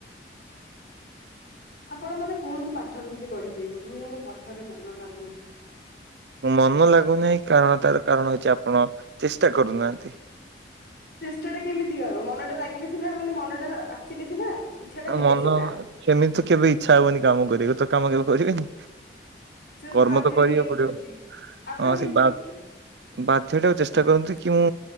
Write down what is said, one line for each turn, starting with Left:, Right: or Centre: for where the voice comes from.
Left: <inaudible> ଆପଣ ମତେ କୁହନ୍ତୁ ପାଠ କେମିତି ପଢିବେ ମୁଁ ମୋର ପାଠରେ ମନ ଲାଗୁନାହିଁ।
Right: ମନ ଲାଗୁନାହିଁ କାରଣ ତାର କାରଣ ହଉଛି ଆପଣ ଚେଷ୍ଟା କରୁନାହାନ୍ତି।
Left: ଚେଷ୍ଟା ଟା କେମିତି ହବ ମନ ଟା ଲାଗିଲେ ସିନା ମାନେ ମନ ଟା ଆସିଲେ ସିନା। ଇଚ୍ଛା ଟା ହେଲେ
Right: ମନ
Left: ସିନା
Right: ସେମିତି ତ କେବେ ଇଚ୍ଛା ହବନି କାମ କରିବ ତ କାମ କେବେ କରିବେନି।
Left: ସେଟା
Right: କର୍ମ
Left: ବାଧ୍ୟରେ
Right: ତ କରିବାକୁ ପଡିବ।
Left: ପଡୁଛି ଆପଣ
Right: ହଁ
Left: କେମିତି
Right: ସେ ବା
Left: କରୁଛନ୍ତି
Right: ବାଧ୍ୟ ଟାକୁ ଚେଷ୍ଟା କରନ୍ତୁ କି ମୁଁ